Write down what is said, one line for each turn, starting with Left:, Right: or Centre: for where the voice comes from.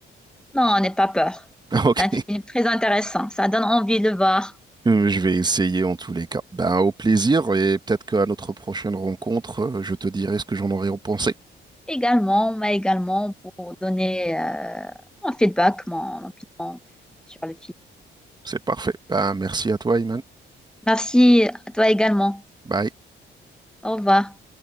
Centre: Non, n'aie pas peur.
Right: <laughs> Ok.
Centre: C'est un film très intéressant. Ça donne envie de le voir.
Right: Euh, Je vais essayer en tous les cas. Ben, au plaisir et peut-être qu'à notre prochaine rencontre, euh, je te dirai ce que j'en aurais pensé.
Centre: Également, mais également pour donner euh, mon feedback, mon opinion sur le film.
Right: C'est parfait. Ben, merci à toi, Iman.
Centre: Merci à toi également.
Right: Bye.
Centre: Au revoir.